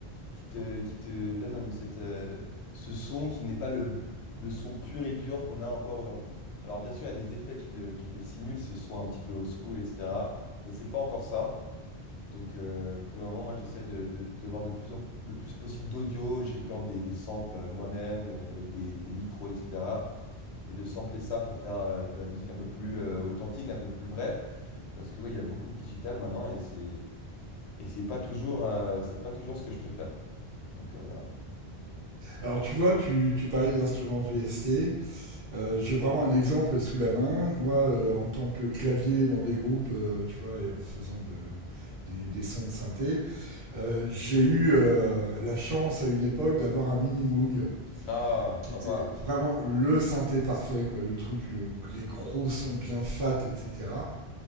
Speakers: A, on the left (about 90°); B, on the right (about 60°).
A: qui te, qui te donne une- cette, euh, ce son qui n'est pas le, le son pur et dur qu'on a encore aujourd'hui. Alors bien sûr, il y a des effets qui le, qui le simulent, ce son un petit peu old school, etc. Mais c'est pas encore ça. Donc euh, pour le moment, moi j'essaye de, de, de voir de plus en, le plus possible d'audio. Je recorde des, des samples euh, moi-même, euh, avec des, des micros, etc. Et de sampler ça pour faire euh, de la musique un peu plus euh, authentique, un peu plus vraie. Parce que oui, il y a beaucoup de digital maintenant et c'est et c'est pas toujours, euh, c'est pas toujours ce que je préfère. Donc euh, voilà.
B: Alors tu vois, tu, tu parlais d'instruments VST. Euh, J'ai vraiment un exemple sous la main. Moi, euh, en tant que clavier dans des groupes, euh, tu vois, et en faisant de, des, des, sons de synthé, Euh, j'ai eu euh, la chance à une époque d'avoir un mini Moog
A: Ah,
B: qui
A: sympa.
B: était vraiment le synthé parfait, quoi, le truc, le- les gros sons bien fat, etc.